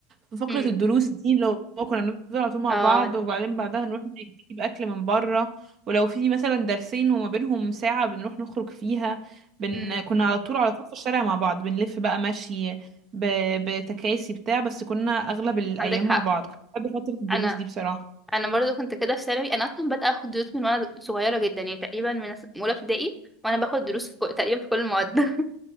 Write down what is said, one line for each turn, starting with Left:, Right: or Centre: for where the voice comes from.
Right: في فقرة
Centre: امم
Right: الدروس دي اللي هو كنا بنفضل على طول مع
Centre: اه
Right: بعض وبعدين بعدها نروح نجيب أكل من بره ولو في مثلا درسين وما بينهم ساعة بنروح نخرج فيها بن...
Centre: امم
Right: كنا على طول على طول في الشارع مع بعض بنلف بقى مشي ب... بتكاسي بتاع بس كنا أغلب الأيام
Centre: عندك حق
Right: مع بعض كنت بحب فترة الدروس
Centre: انا
Right: دي بصراحة
Centre: انا برضو كنت كده في ثانوي انا اصلا بدأت اخد دروس من وانا صغيره جدا يعني تقريبا من س- من اولى ابتدائي وانا باخد دروس في كل- تقريبا في كل المواد <laughs>